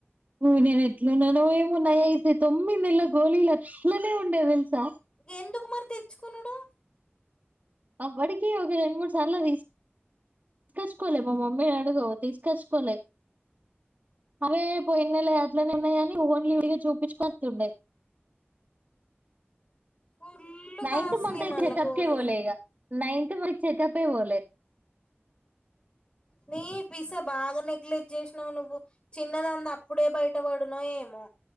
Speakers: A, on the right; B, on the left.
A: ఊ నేను ఎట్లు ఉన్నానో ఏమో నాయి అయితే తొమ్మిది నెలల గోలీలు అట్లనే ఉండే తెల్సా
B: ఎందుకు మరి తెచ్చుకునుడు
A: అప్పటికీ ఒక రెండు, మూడు మూడు సార్లు తీసు తీసుకోలే. మా మమ్మీని అడుగు తీసుకోచ్చుకో లే. అవే పో ఎన్నెలే అట్లనే ఉన్నాయి అని ఓన్లీ వెళ్లి చూపించుకొని వత్తుండే.
B: ఫుల్
A: నైన్త్
B: కాస్ట్లీ
A: మంత్
B: మళ్ళా
A: చెకప్
B: గోళీలు
A: కే పోలే ఇగ. నైన్త్ మంత్ చెకప్ పోలే
B: మీ పిసా బాగా నెగ్లెక్ట్ చేసినావు నువ్వు. చిన్నదాన్ని అప్పుడే బయటపడునో ఏమో